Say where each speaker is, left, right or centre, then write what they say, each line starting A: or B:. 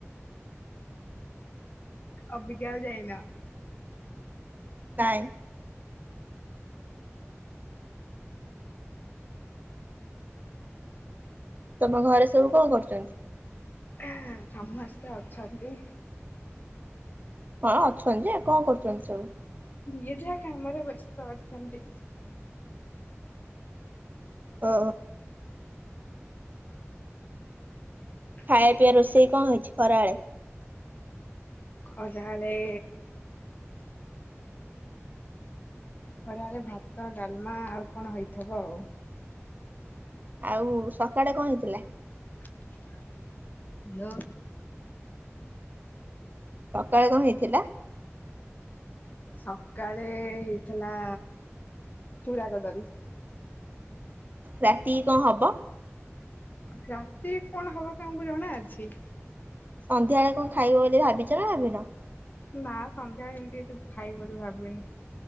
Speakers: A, on the left; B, on the right.
A: ଅବିକା ଆଉ ଯାଇନ?
B: ନାଇଁ। ତମ ଘରେ ସବୁ କଁ କରୁଚନ୍ତି?
A: ଆଉ ସମସ୍ତେ ଅଛନ୍ତି।
B: ହଁ ଅଛନ୍ତି ଯେ କଁ କରୁଚନ୍ତି ସବୁ?
A: ଯିଏ ଯାହା କାମରେ ବ୍ୟସ୍ତ ଅଛନ୍ତି।
B: ଓ।
A: ହୁଁ।
B: ଖାଇବା ପିଇବା ରୋଷେଇ କଁ ହେଇଚି ଖରାଅଳେ?
A: ଖରାଳେ ଖରାଏଳେ ଭାତ ଡାଲମା ଆଉ କଣ ହେଇଥବ ଉ।
B: ଆଉ ସକାଳେ କଁ ହେଇଥିଲା?
A: <inaudible> ଲୋ।
B: ସକାଳେ କଁ ହେଇଥିଲା?
A: ସକାଳେ ହେଇଥିଲା ଚୂଡ଼ା କଦଳୀ।
B: ରାତି କଁ ହବ?
A: ରାତି କଣ ହବ କ ଆମୁକୁ ଜଣା ଅଛି?
B: ସନ୍ଧ୍ୟାଏଳେ କଁ ଖାଇବ ବୋଲି ଭାବିଚ ନା ଭାବିନ?
A: ନା ସନ୍ଧ୍ୟା ରେ ହେମିତି କିଛି ଖାଇବି ବୋଲି ଭାବିନି।